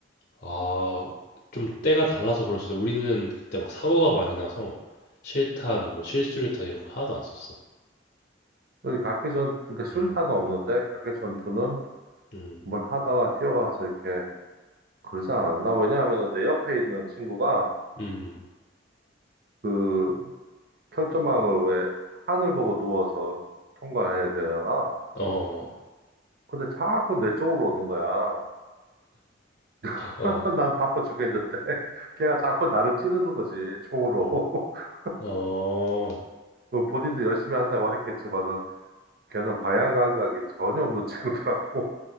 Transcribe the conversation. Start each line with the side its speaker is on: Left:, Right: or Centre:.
Left: 아, 좀 때가 달라서 그럴 수도. 우리는 그때 막 사고가 많이 나서 실탄, 뭐 실수류탄 이런 거 하나도 안 썼어.
Right: 여기 각개전 그러니까 수류탄은
Left: 음,
Right: 없는데 각개전투는
Left: 음,
Right: 뭘 하다가 뛰어가서 이렇게 그러지 않았나 왜냐하면 내 옆에 있는 친구가
Left: 음,
Right: 그 철조망을 왜 하늘 보고 누워서 통과를 해야 되잖아
Left: 어,
Right: 근데 자꾸 내 쪽으로 오는 거야 <laughs>
Left: 어,
Right: 난 바빠 죽겠는데 <laughs> 걔가 자꾸 나를 찌르는 거지 총으로
Left: 음,
Right: <laughs>
Left: 어,
Right: 뭐 본인도 열심히 한다고 했겠지만은 걔는 방향 감각이 전혀 없는 <laughs> 친구더라고